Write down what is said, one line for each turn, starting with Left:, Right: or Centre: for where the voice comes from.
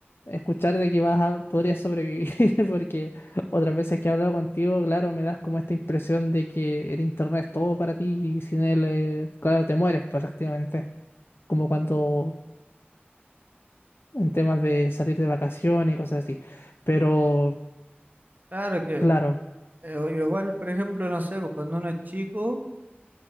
Left: escuchar de que vas a, podrías sobrevivir, <laughs> porque otras veces que he hablado contigo, claro, me das como esta impresión de que el internet es todo para ti y sin él, eh, claro, te mueres prácticamente como cuando en temas de salir de vacaciones y cosas así. Pero
Right: Claro que
Left: Claro,
Right: eh, o- igual, por ejemplo, no sé, pues, cuando uno es chico,